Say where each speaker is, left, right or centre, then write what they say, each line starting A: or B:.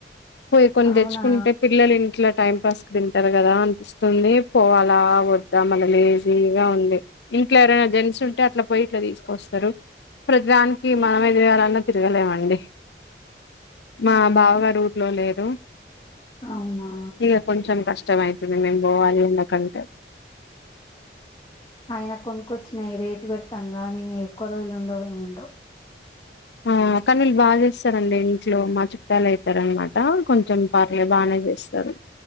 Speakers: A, on the left; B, on the left.
A: పోయి కొన్ని
B: అవునా
A: తెచ్చుకుంటే పిల్లలు ఇంట్లా టైం పాస్ కి తింటారు కదా అనిపిస్తుంది పోవాలా వద్దా మళ్ళా లేజీగా ఉంది ఇంట్లో ఎవరైనా జెంట్స్ ఉంటే ఇట్లా పోయి ఇట్లా తీసుకొస్తారు ప్రతి దానికి మనమే తిరగాలన్నా తిరగలేమండి మా
B: అవును
A: బావగారు ఊర్లో లేరు
B: అవునా
A: ఇగ కొంచెం కష్టమ అయితు మేం పోవాలి ఎండ కంటే
B: అయినా కొనుకొచ్చినయి రేటు పేడతం కానీ ఎక్కువ రోజులుండవు ఏమ్ముండవు
A: ఆ కానీ వీళ్ళు బాగా చేస్తారండి ఇంట్లో మా చుట్టాలు అయితారనమాట కొం చం పర్లే బానే చేస్తారు